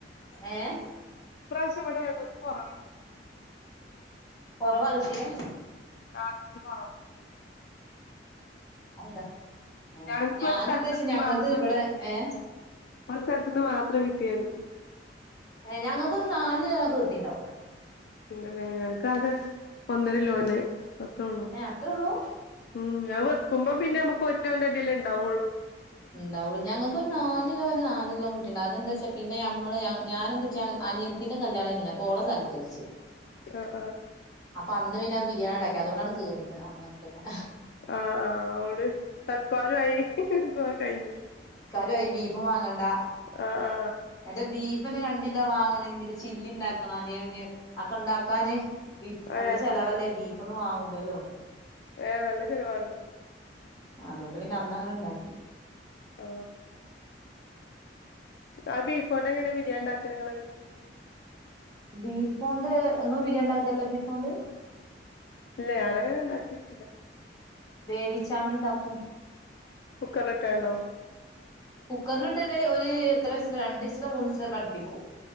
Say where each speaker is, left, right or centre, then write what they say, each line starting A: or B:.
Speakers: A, on the left (about 20°); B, on the left (about 55°).
A: ഏഹ്
B: ഇപ്രാവശ്യ ഇവിടെ ഞങ്ങക്ക് കൊറവേനി
A: കുറവാ കിട്ടിയേ
B: ആഎനിക്ക് കൊറവ
A: അതെന്താ ഏഹ്
B: ഞങ്ങക്ക്
A: ഞാനെന്താച്ചാ
B: ഒരു സ്ഥലത്തുന്ന്
A: ഞങ്ങൾത്
B: മാത്രം
A: ഇവിടെ
B: കിട്ടി
A: ഏഹ്
B: ഒരു സ്ഥലത്തന്ന് മാ എത്ര കിട്ടിയനക്ക്‌
A: ഏ ഞങ്ങൾക്കൊരു നാലു തണ കിട്ടിണ്ടാവും
B: ഉണ്ടല്ലേ ഞങ്ങക്ക് ആകെ ഒന്നര ലോന്റെ അത്രോള്ളൂ
A: ഏഹ് അത്രേ ഉള്ളൂ
B: ഉം അത് വെക്കുമ്പോ പിന്നെ നമുക്ക് ഒരു കിലോന്റെ അടിയല്ലേ ഇണ്ടാവുള്ളൂ
A: ഉണ്ടാവൂള്ളൂ ഞങ്ങൾക്ക് ഒരു നല്കിലോന് നാല്കിലോ കിട്ടിട്ടണ്ട് അതെന്താച്ച പിന്നെ നമ്മള് ഞാനെന്താച്ചാ അനിയത്തിന്റെ കല്യാണകഴിഞ്ഞിനി അപ്പൊ ഓളെ സൽക്കരിച്ചു
B: ആ ആ
A: അപ്പൊ അന്ന് പിന്നെ അ ബിരിയാണി ഉണ്ടാക്കി അതുകൊണ്ടാട്ട് തീർന്ന് അന്ന്തന്നെ
B: ആ ആ ഒരു സൽക്കാരായി അപ്പൊ കഴിഞ്ഞു
A: രോ ആയി ബീഫും വാങ്ങണ്ട
B: ആ ആ
A: എത് ബീ പിന്നെ രണ്ട് കിലോ വാങ്ങണെങ്കില് ചില്ലി ഉണ്ടാക്കണം അല്ലെ ഇന്ന് അക്കെ ഉണ്ടാക്കാന് ബീഫ് നല്ല
B: ഏ
A: ചെലവല്ലേ ബീഫ് ഒന്നും വാങ്ങൂലല്ലോ
B: ഏർ നല്ല ചിലവാണ്
A: അതുകൊണ്ട് പിന്നെ അന്നങ്ങനെ ഇണ്ടാക്കി
B: ആ ആ ബീഫോണ്ട് എങ്ങനെ ബിരിയാണി ഉണ്ടാക്ക നിങ്ങള്
A: ബീഫോണ്ട് നിങ്ങ ബിരിയാണ്ടി ആക്കല്ലോ ബീഫോണ്ട്
B: ഇല്ല ഞാനങ്ങനെ ഉണ്ടാക്കിക്കില്ല
A: വേവിച്ചാണ്ടുണ്ടാക്കും
B: കുക്കറിൽ ഇട്ട് ഇട്ടാണ്ടോ
A: കുക്കറിിലിട്ട ഒരു എത്ര വസില രണ്ട ഇസിലോ മൂന്ന ഇസിലോ കടുപ്പിക്കും